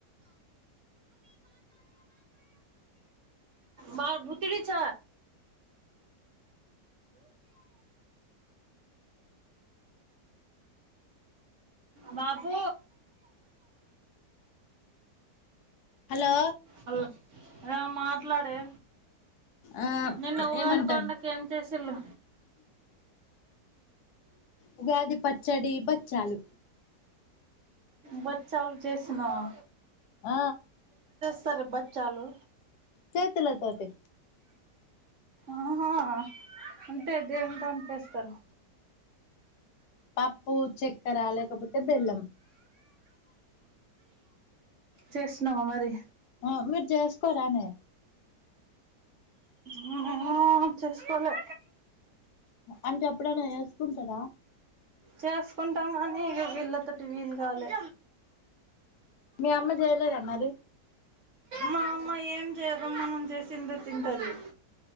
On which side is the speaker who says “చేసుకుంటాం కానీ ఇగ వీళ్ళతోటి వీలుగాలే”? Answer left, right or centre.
Right